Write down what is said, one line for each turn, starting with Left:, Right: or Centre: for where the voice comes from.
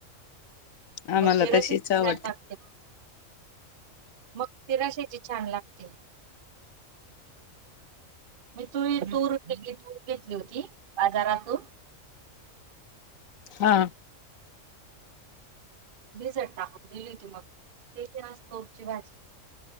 Left: आम्हाला
Right: मग तिराशी
Left: तशीच
Right: छान
Left: आवडते
Right: लागते मग तिराशाची छान लागते म तू तूरू घेतली होती बाजारातून
Left: हा
Right: भिझट टाकवून दिली होती मग तेतोरची भाजी